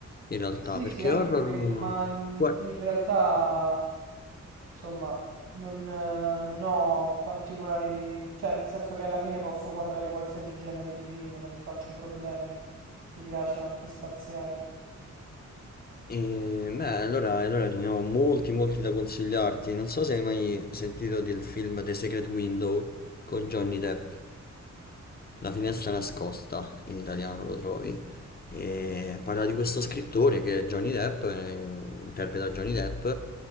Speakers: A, on the left; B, on the right.
A: in realtà,
B: sì,
A: perché
B: sì, anche
A: horror
B: quelli,
A: non...
B: ma, mhmm,
A: guarda,
B: in realtà, somma, non eh, non ho particolari cioè, nel senso che alla fine posso guardare qualsiasi genere di film, non mi faccio problemi. Mi piace anche spaziare.
A: E, beh, allora, allora ce ne ho molti, molti da consigliarti. Non so se hai mai sentito del film The Secret Window con Johnny Depp. La finestra nascosta, in italiano lo trovi. E parla di questo scrittore che è Johnny Depp, eh, interpreta Johnny Depp,